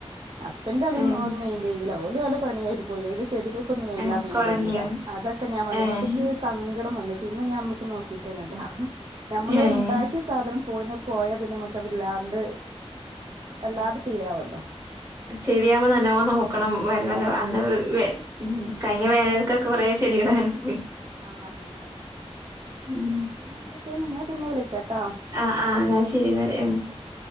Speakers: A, on the right; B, on the right.
A: ഹസ്ബൻഡ് അതൊന്നും
B: ഏഹ്
A: ഓര് മൈൻഡ് ചെയ്തില്ല ല ഓല് നല്ല പണിയായിട്ട് പോയില്ല ചെടിവെക്കൊന്നും എല്ലാം
B: ഏഹ് ഒക്കെ
A: മൈൻഡ്
B: ഒണങ്ങിയോ
A: ചെയ്യില്ല അതൊക്കെ ഞാൻ വന്നപ്പോ
B: ഏഹ്
A: പച്ചേ സംങ്ക ടം വന്നു പിന്നെ ഞാൻ നമ്മക്ക് നോക്കിട്ടേന്നല്ല ഹ് നമ്മള്
B: ഏഹ്.
A: ഇണ്ടാക്കിയ സാധനം പോയിനെ പോയാ പിന്നെ നമുക്ക് വല്ലാണ്ട് വല്ലാണ്ട് ഫീൽ ആവല്ലോ
B: ശെരിയാവുമ്പോ നല്ലാവോ നോക്കണം വെള്ളക്കെ
A: അതാണ്
B: അന്ന് വേ മ് കഴിഞ്ഞ വേനൽക്കൊക്കെ കുറേ ചെടി ഇടാനും
A: ആ അതാണെ
B: ഉം.
A: പിന്നെ എന്തൊക്കെയാണ് ന്നാ പിന്നെ വിളിക്കാം കേട്ടോ
B: ആഹ് ആഹ്. ന്നാ
A: ശരി
B: ന്നാല്. ഉം.
A: ആ ശരി